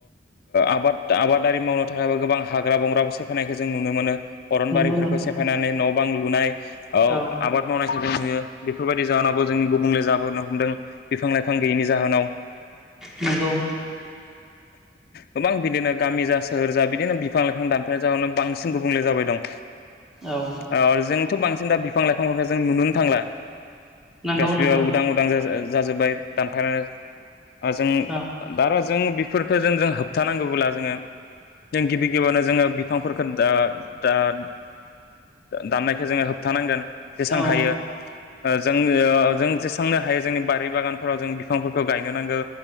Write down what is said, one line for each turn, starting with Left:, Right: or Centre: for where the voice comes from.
Left: आबाद आबादारि मावनो थाखाय गोबां हाग्रा बंग्रो सेफनायखौ जों नुनो मोनो। अरनबारिफोरखौ
Centre: नंगौ नोंथां
Left: सेफायनानै न' बां लुनाय
Centre: औ
Left: आबाद मावनायखौ ज नुयो। बेफोरबायदि जाहोनावो जोंनि गुबुंले जाबोनो हमदों बिफां लाइफां गैयैनि जाहोनाव
Centre: नंगौ
Left: गोबां बिदिनो गामि जा सोहोर जा बिदिनो बिफां लाइफां दानफायनाय जाहोनाव बांसिन गुबुंले जाबाय दं
Centre: औ
Left: अ जों बांसिन दा बिफां लाइफां जों नुनो थांला
Centre: नंगौ
Left: गासिबो
Centre: नंगौ
Left: उदां उदां ज जाजोब्बाय दानफनाय जों
Centre: औ
Left: दार' जों बेफोरफोरखौ जों जों होबथानांगौब्ला जोंङो जों गिबि गिबियावनो जोंङो बिफांफोरखौ दान दाननायखौ जोंङो होबथानांगोन जेसेबां
Centre: औ
Left: हायो ओ जों ओ जों जेसांनो हायो जोंनि बारि बागानफोराव जों बिफांफोरखौ गायनो नांगो